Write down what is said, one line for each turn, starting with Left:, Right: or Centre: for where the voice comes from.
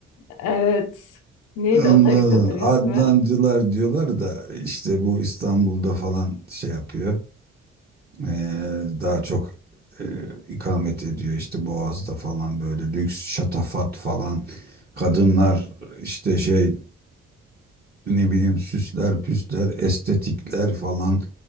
Left: Evet. Neydi
Right: Ondan
Left: o tarikatın
Right: sonra Adnancılar
Left: ismi?
Right: diyorlar da işte bu İstanbul'da falan şey yapıyor. Ee, daha çok e, ikamet ediyor işte Boğaz'da falan böyle lüks şatafat falan kadınlar işte şey ne bileyim süsler püsler estetikler falan